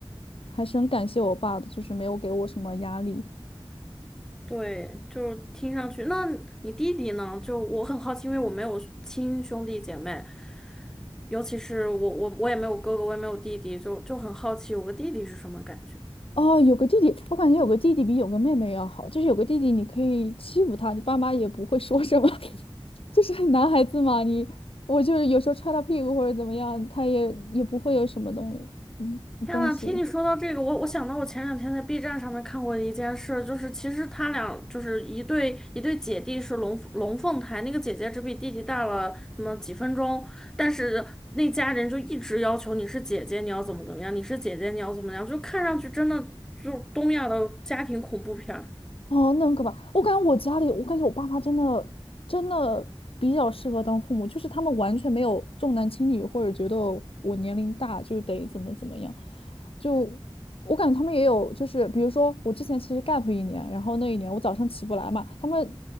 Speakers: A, on the left; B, in the centre.
A: 还是很感谢我爸的，就是没有给我什么压力。
B: 对，就是听上去。那你弟弟呢？就我很好奇，因为我没有亲兄弟姐妹，尤其是我我我也没有哥哥，我也没有弟弟，就就很好奇我个弟弟是什么感觉。
A: 哦，有个弟弟，我感觉有个弟弟比有个妹妹要好，就是有个弟弟你可以欺负他，你爸妈也不会说什么。<laughs> 就是男孩子嘛，你我就是有时候踹他屁股或者怎么样，他也也不会有什么东嗯东西。
B: 天呐，听你说到这个，我我想到我前两天在 B 站上面看过的一件事，就是其实他俩就是一对一对姐弟是龙龙凤胎，那个姐姐只比弟弟大了那么几分钟，但是那家人就一直要求你是姐姐，你要怎么怎么样，你是姐姐，你要怎么样，就看上去真的就东亚的家庭恐怖片儿，
A: 哦，那很可怕。我感觉我家里，我感觉我爸妈真的真的比较适合当父母，就是他们完全没有重男轻女，或者觉得我年龄大就得怎么怎么样。就我感觉他们也有，就是比如说我之前其实 gap 一年，然后那一年我早上起不来嘛，他们